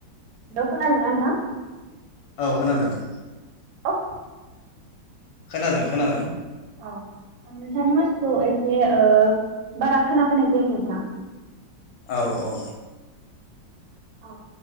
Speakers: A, on the right; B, on the left.
A: न <unintelligible> ङा नन्थां
B: औ खोनादों
A: <unintelligible>
B: खोनादों खोनादों
A: औ नोंथांनि माथोखौ एसे बारा खोनाफैनाय जायाखै नोंथां
B: औ औ
A: औ